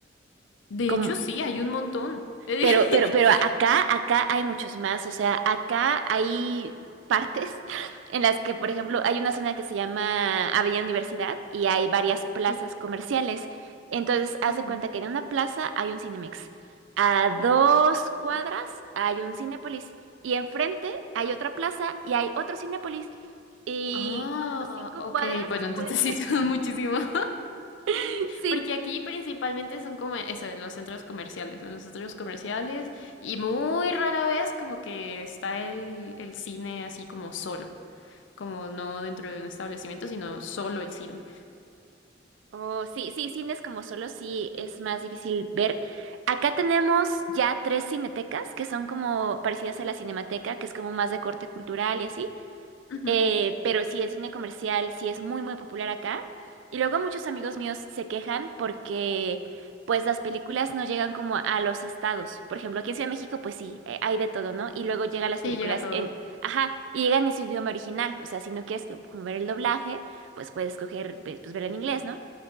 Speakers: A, on the left (about 80°); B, on the right (about 80°).
A: De
B: como
A: hecho, sí, hay un montón. <laughs>
B: Pero, pero, pero acá, acá hay muchos más. O sea, acá hay partes <laughs> en las que, por ejemplo, hay una zona que se llama Avenida Universidad y hay varias plazas
A: Sí.
B: comerciales. Entonces, haz
A: ujú,
B: de cuenta que en una plaza hay un Cinemex. A dos
A: Sí.
B: cuadras hay un Cinépolis. Y enfrente hay otra plaza y hay otro Cinépolis. Y
A: Ah,
B: como cinco
A: ok.
B: cuadras
A: Bueno,
B: después,
A: entonces sí son <laughs> muchísimos.
B: <laughs> sí,
A: Porque aquí principalmente son como eso, en los centros comerciales. En los centros comerciales. Y muy rara vez como que está el, el cine así como solo. Como no dentro de un establecimiento, sino solo el cine.
B: Oh, sí, sí, cines como solo sí es más difícil ver. Acá tenemos ya tres cinetecas que son como parecidas a la Cinemateca, que es como más de corte cultural y así.
A: Ujú,
B: Eh, pero sí, el cine comercial sí es muy, muy popular acá. Y luego muchos amigos míos se quejan porque pues las películas no llegan como a los estados. Por ejemplo, aquí en Ciudad de México pues sí, eh, hay de todo, ¿no? Y luego llegan las
A: Sí,
B: películas
A: llega todo.
B: en, ajá, y llegan en su idioma original. O sea, si no quieres como ver el doblaje, pues puedes escoger pues pues verla en inglés, ¿no?